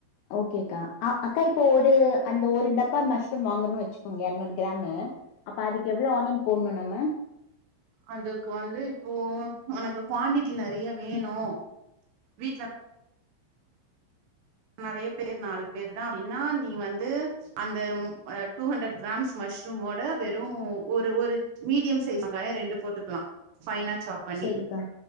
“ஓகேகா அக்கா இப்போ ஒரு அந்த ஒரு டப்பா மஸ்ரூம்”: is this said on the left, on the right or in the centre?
Left